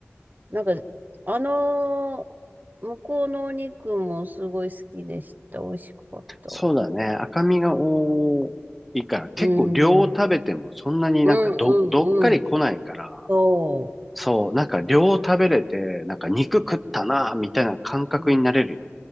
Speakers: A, on the right (about 40°); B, in the centre.
A: なんか、あのー向こうのお肉もすごい好きでした。美味しかった。
B: そうだね。赤身が多いから、結構量を食べてもそんなになんかど、
A: うん。うんうんうん。
B: どっかり来ないから、
A: そ
B: そう、なんか量を食べれて、なんか肉食ったな、みたいな感覚になれるよ。
A: う。